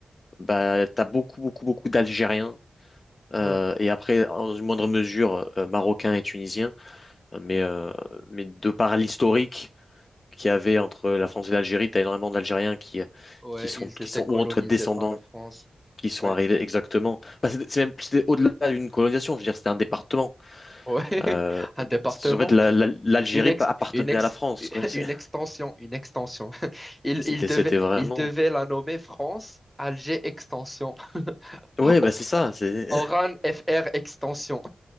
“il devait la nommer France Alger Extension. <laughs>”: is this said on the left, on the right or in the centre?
Centre